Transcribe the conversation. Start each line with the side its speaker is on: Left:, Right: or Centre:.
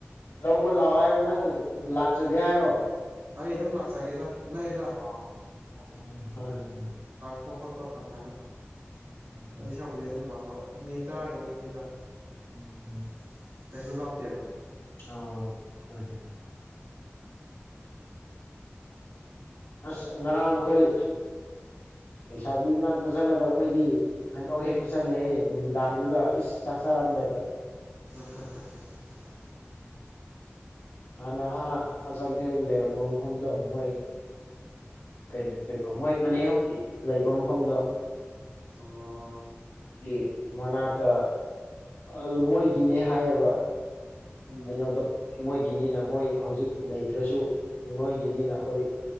Left: ꯂꯧꯕ ꯂꯥꯛꯑꯣ ꯍꯥꯏꯔ ꯅꯪ ꯂꯛ ꯁꯒꯦ ꯍꯥꯏꯔꫭ
Right: ꯑꯩ ꯑꯗꯨꯝ ꯂꯥꯛꯆꯒꯦꯗ
Left: ꯑꯣ
Right: ꯅꯛꯑꯦꯗ
Left: <unintelligible>
Right: ꯄ ꯈꯣꯠꯄ ꯐꯔꯛ ꯇꯥꯅꯤ
Left: ꯎꯝ
Right: ꯑꯗꯨꯏ ꯁꯔꯨꯛꯄꯨꯗꯤ ꯑꯗꯨꯝ ꯂꯥꯛꯄ ꯃꯤꯅꯤꯠ ꯇꯔꯥꯒꯤ ꯋꯥꯔꯤꯅꯤꯗ
Left: ꯎꯝ
Right: <inaudible> ꯀꯩꯁꯨ ꯂꯥꯞꯇꯦꯕ
Left: ꯑꯣ ꯍꯣꯏꯍꯦ ꯑꯁ ꯉꯔꯥꯡ ꯑꯈꯣꯏ ꯂꯩꯁꯥꯕꯤ ꯃꯅꯥꯛꯇ ꯆꯠꯂꯒ ꯑꯈꯣꯏꯗꯤ ꯍꯥꯏꯅꯧ ꯍꯦꯛ ꯄꯨꯁꯜꯂꯦꯍꯦ ꯅꯨꯃꯤꯗꯥꯡꯗꯨꯗ ꯏꯁ ꯆꯥꯛ ꯆꯔꯝꯗꯥꯏꯗ
Right: <unintelligible>
Left: ꯍꯥꯟꯅ ꯑꯥ ꯑꯆꯜꯊꯦ ꯍꯣꯏ ꯂꯩꯔꯝꯕ ꯃꯐꯝꯗꯣ ꯃꯣꯏ ꯀꯩ ꯀꯩꯅꯣ ꯃꯣꯏ ꯃꯅꯦ ꯍꯧꯒꯤ ꯂꯩꯕ ꯃꯐꯝꯗꯣ
Right: ꯑꯣ
Left: ꯏ ꯃꯅꯥꯛꯇ ꯑꯗꯨ ꯃꯣꯏꯒꯤꯅꯦ ꯍꯥꯏꯌꯦꯕ
Right: ꯎꯝ
Left: ꯍꯩꯅꯧꯗꯣ ꯃꯣꯏꯒꯤꯅꯤꯅ ꯃꯣꯏ ꯍꯧꯖꯤꯛ ꯂꯩꯇ꯭ꯔꯁꯨ ꯃꯣꯏꯒꯤꯅꯤꯅ ꯑꯈꯣꯏ